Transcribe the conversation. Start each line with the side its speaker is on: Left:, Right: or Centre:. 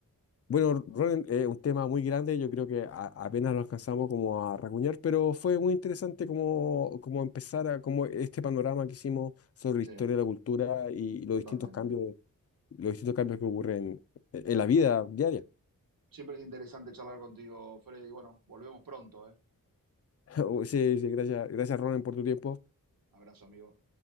Left: bueno, Ronen, es un tema muy grande, yo creo que a- apenas lo alcanzamos como a racuñar, pero fue muy interesante como, como empezar a, como este panorama que hicimos sobre la historia
Right: Sí,
Left: de la cultura y los
Right: totalmente.
Left: distintos cambios, los distintos cambios que ocurren en, en la vida diaria.
Right: Siempre es interesante charlar contigo, Freddy. Bueno, volvemos pronto, ¿eh?
Left: <laughs> Sí, sí, gracias, gracias Ronen por tu tiempo.
Right: Abrazo, amigo.